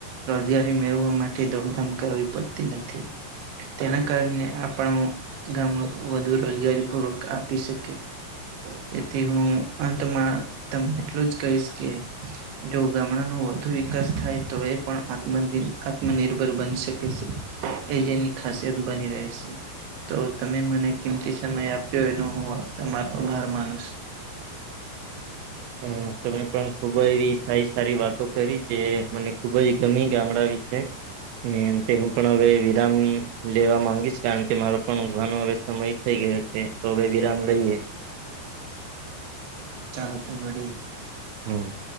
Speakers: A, on the right; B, on the right.
A: રોજગારી મેળવા માટે દોડધામ કરવી પડતી નથી તેના કારણે આપણે ગામ લોકો વધુ રોજગારી પૂર્વક આપી શકે તેથી હું અંત માં તમને એટલું જ કહીશ કે જો ગામડાનો વધુ વિકાસ થાય તો એ પણ આત્મ આત્મનિર્ભર બનશે એ જેની ખાસિયત બની રહે છે. તો તમે મને કિમતી સમય આપ્યો એનો હું તમારો ભાર માનુ શું. હ
B: હમ
A: <unintelligible>
B: તમે પણ ખૂબ જ એવી સારી સારી વાતો કરી જે મને ખુબ જ ગમી ગામડા વિશે અંતે હું પણ હવે વિરામ લેવા માંગીશ કારણ કે મારો પણ ઉઘવાનો હવે સમય થઈ ગયો છે તો ભાઈ વિરામ લઈલે.
A: ચાલ તો મળી‌.
B: હમ